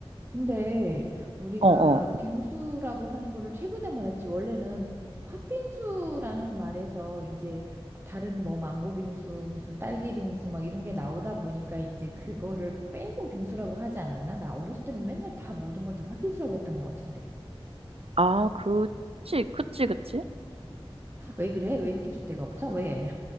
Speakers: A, on the right; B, on the right.
A: 근데 우리가
B: 어, 어.
A: 빙수라고 하는 거를 최근에 말했지 원래는 팥빙수라는 말에서 이제 다른 뭐 망고 빙수 무슨 딸기 빙수 막 이런 게 나오다 보니까 이제 그거를 빼고 빙수라고 하지 않았나? 나 어렸을 때는 맨날 다 모든 걸 다 팥빙수라고 했던 것 같은데
B: 아, 그치, 그치, 그치.
A: 왜 그래? 왜 이렇게 줏대가 없어? 왜?